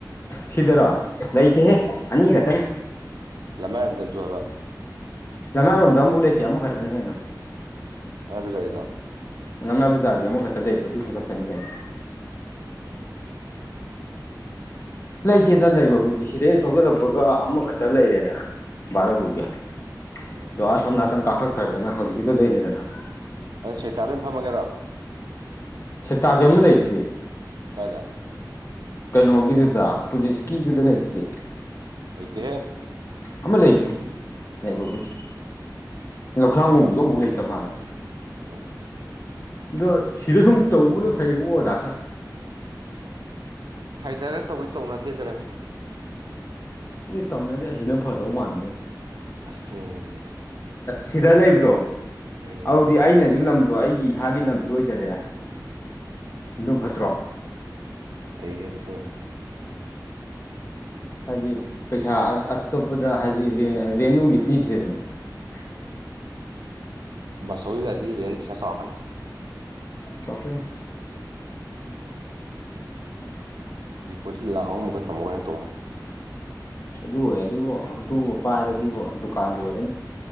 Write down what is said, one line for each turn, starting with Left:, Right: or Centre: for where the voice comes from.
Left: ꯁꯤꯗꯔꯣ ꯂꯩꯇꯦꯍꯦ ꯑꯅꯤꯒꯇꯅꯤ
Right: ꯂꯝꯃꯥꯏꯔꯝꯗꯁꯨꯨꯑꯕ
Left: ꯂꯩꯃꯥꯏꯔꯣꯝꯗ ꯑꯃꯐꯥꯎ ꯂꯩꯇꯦ ꯑꯃꯈꯛꯇꯅꯤꯅ
Right: ꯍꯥꯏ ꯄꯤ ꯆꯔꯤꯗ
Left: ꯂꯝꯂꯥꯏ ꯕꯖꯥꯔꯒꯤ ꯑꯃꯈꯛꯇ ꯂꯩꯗꯣ ꯑꯗꯨꯗꯨꯨ ꯈꯛꯇꯅꯤ ꯀꯦ
Right: ꯑ
Left: ꯂꯩꯇꯦꯇ ꯂꯩꯕꯕꯨꯗꯤ ꯁꯤꯗꯩꯦꯛ ꯊꯧꯖꯤꯜꯂꯛꯄꯒ ꯑꯃꯈꯛꯇ ꯂꯩꯔꯦꯗꯅ ꯚꯔꯕꯨꯒꯤ
Right: ꯎꯝ
Left: ꯑꯗꯣ
Right: ꯎꯝ
Left: ꯑꯁꯣꯝ ꯅꯥꯀꯟ ꯀꯥꯈꯠꯈ꯭ꯔꯗꯅ ꯍꯧꯖꯤꯛꯀꯤꯇꯣ ꯂꯩꯔꯤꯗꯅ
Right: ꯑꯗꯣ ꯁꯦꯇ ꯂꯣꯏꯅ ꯐꯝꯃꯒꯦꯔꯣ
Left: ꯁꯦꯛꯇꯥꯒꯤ ꯑꯃ ꯂꯩꯗꯨꯗꯤ
Right: ꯀꯥꯏꯗ
Left: ꯀꯩꯅꯣꯒꯤꯗꯨꯗ ꯄꯨꯂꯤꯁꯀꯤꯗꯨꯗ ꯂꯩꯗꯨꯗꯤ
Right: ꯑꯩꯆꯍꯦ
Left: ꯑꯃ ꯂꯩꯕꯅꯤ ꯂꯩꯕꯕꯨꯗꯤ ꯂꯧꯁꯥꯡꯒꯨꯝꯒꯤꯁꯨ ꯑꯃꯨꯛ ꯂꯩꯇ ꯃꯥꯜꯂꯦ
Right: ꯎꯝ
Left: ꯑꯗꯣ ꯁꯤꯗ ꯁꯨꯝ ꯇꯧꯕꯧꯕꯅ ꯐꯩꯑꯣ ꯑꯣꯗꯥꯥꯛꯇ
Right: ꯍꯥꯏꯗꯔꯦ ꯇꯧꯔꯤ ꯇꯧꯅꯗꯦꯗꯅ
Left: ꯇꯧꯅꯗꯦ ꯑꯁꯤꯅ ꯐꯗꯧ ꯃꯥꯟꯗꯣꯏꯅꯦ
Right: ꯎꯝ
Left: ꯁꯤꯗ ꯂꯩꯕꯗꯣ
Right: ꯎꯝ
Left: ꯑꯗꯨꯗꯤ ꯑꯩꯅꯁꯨ ꯂꯝꯗꯣ ꯑꯩꯒꯤ ꯏꯁꯥꯒꯤ ꯂꯝꯁꯨ ꯑꯣꯏꯖꯔꯦ ꯑꯗꯨꯝ ꯐꯠꯇ꯭ꯔꯣ
Right: ꯍꯥꯏꯩꯦ ꯐꯗꯔ
Left: ꯍꯥꯏꯗꯤ ꯄꯩꯁꯥ ꯑꯇꯣꯞꯄꯗ ꯍꯥꯏꯗꯤ ꯔꯦꯟ ꯅꯨꯡꯒꯤ ꯄꯤꯗ꯭ꯔꯦꯗꯅ ꯍ
Right: ꯁꯋꯒꯗꯤ ꯔꯦꯦꯟ ꯄꯩꯁꯥꯁꯄꯅꯤ
Left: ꯆꯄꯦ
Right: ꯗꯤꯄꯣꯖꯤꯠ ꯂꯥꯛ ꯑꯍꯨꯝ ꯑꯃꯨꯛꯀ ꯊꯝꯃꯨꯒ ꯍꯥꯏꯥꯛ ꯇꯣꯡꯉꯅ
Left: ꯑꯗꯨ ꯑꯣꯏ ꯑꯗꯨꯕꯨ ꯑꯗꯨꯕꯨ ꯄꯥꯏꯔꯗꯤꯕꯨ ꯗꯨꯀꯥꯟ ꯂꯣꯏꯔꯅꯤ